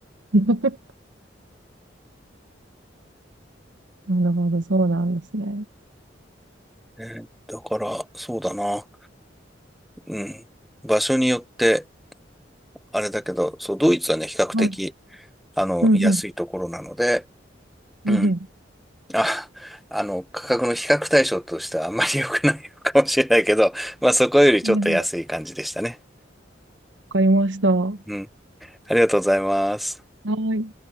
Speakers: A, on the right; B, in the centre.
A: <laughs> なるほど、そうなんですね。
B: えーだから、そうだな。うん。場所によって、あれだけど、そう、ドイツはね、比較的、
A: はい。
B: あの、
A: うんうん、
B: 安いところなので、
A: うんうん。
B: うん。あ、あの、価格の比較対象としてはあんまり良くないかもしれないけど、まあ、そこよりちょっと安い感じでしたね。
A: わなるほど。わかりました。は
B: うん。ありがとうございます。
A: い。